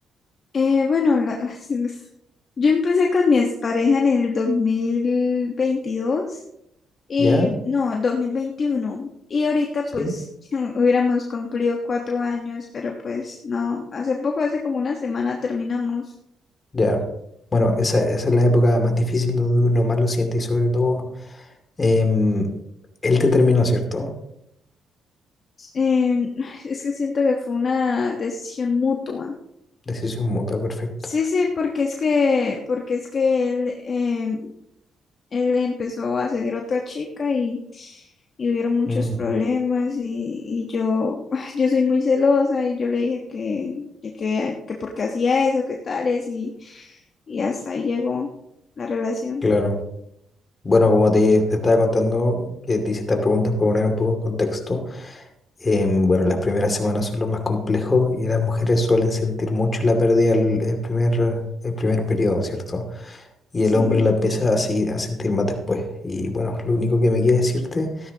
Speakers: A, on the left; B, on the left.
A: Eh, bueno, la- <laughs> yo empecé con mi expareja en el 2022 y
B: ¿Ya?
A: no, dos mil veintiuno Y ahorita
B: ¿Sí?
A: pues <laughs> hubiéramos cumplido cuatro años, pero pues no, hace poco, hace como una semana terminamos.
B: Ya. Bueno, esa, esa es la época más difícil donde uno más lo siente y sobre todo, em, él te terminó, ¿cierto?
A: Eh, <sighs> es que siento que fue una decisión mutua.
B: Decisión mutua, perfecto.
A: Sí, sí, porque es que, porque es que él em, Él empezó a seguir a otra chica y, y hubieron muchos
B: Mm,
A: problemas y, y yo, <laughs> <sighs> yo soy muy celosa y yo le dije que, que, que, que porque hacía eso, que tales y, y hasta ahí llegó la relación.
B: claro. Bueno, como te, te estaba contando, que te hice esta pregunta para poner un poco en contexto. em, bueno, las primeras semanas son lo más complejo y las mujeres suelen sentir mucho la pérdida el, el primer, el primer periodo, ¿cierto? y
A: Sí.
B: el hombre la empieza así a sentir más después. Y bueno, lo único que me queda decirte